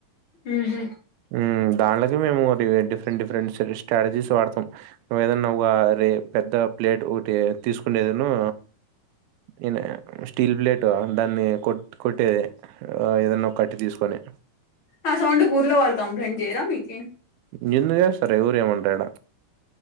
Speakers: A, on the left; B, on the right.
A: ఉహ్
B: ఉ దానిలోకి మేము ఒక డిఫరెంట్ డిఫరెంట్ స్ట్రాటజీస్ వాడతాం నువ్ ఏదన్నా ఒక పెద్ద ప్లేట్ ఒకటి తీసుకునేది ఉన్ను ఇన్ స్టీల్ ప్లేటు దాన్ని కొట్ కొట్టే ఆ ఏదన్న ఒకట్టి తీసుకొని
A: ఆ సౌండ్కూకి ఊర్లో వాళ్ళు కంప్లైంట్ చేయరా మీకి
B: ఇగ ఎందుకు చేస్తారే ఎవరు ఏమనరు ఈడ